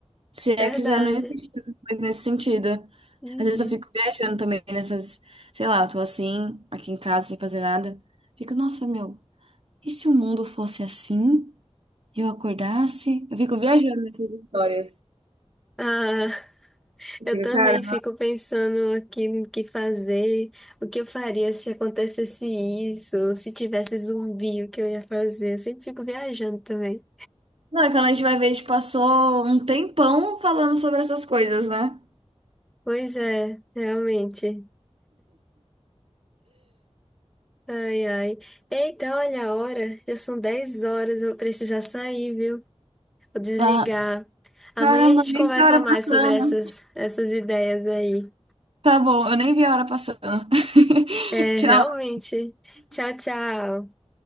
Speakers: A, on the right; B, in the centre.
A: Se é
B: Verdade.
A: que já não existe coisa nesse sentido.
B: Uhum.
A: Às vezes eu fico viajando também nessas, sei lá, eu tô assim, aqui em casa, sem fazer nada. Fico, nossa, meu, e se o mundo fosse assim? Eu acordasse? Eu fico viajando nessas histórias.
B: Ah,
A: Eu
B: eu
A: fico,
B: também
A: cara,
B: fico pensando aqui no que fazer, o que eu faria se acontecesse isso, se tivesse zumbi, o que eu ia fazer. Eu sempre fico viajando também.
A: não, é quando a gente vai ver, a gente passou um tempão falando sobre essas coisas, né?
B: Pois é, realmente. Ai, ai. Eita, olha a hora, já são 10 horas, eu vou precisar sair, viu? Vou desligar.
A: Ah,
B: Amanhã
A: caramba,
B: a gente
A: nem
B: conversa
A: vi a hora
B: mais
A: passando.
B: sobre essas, essas ideias aí.
A: Tá bom, eu nem vi a hora passando. <laughs>
B: É,
A: Tchau.
B: realmente. Tchau, tchau.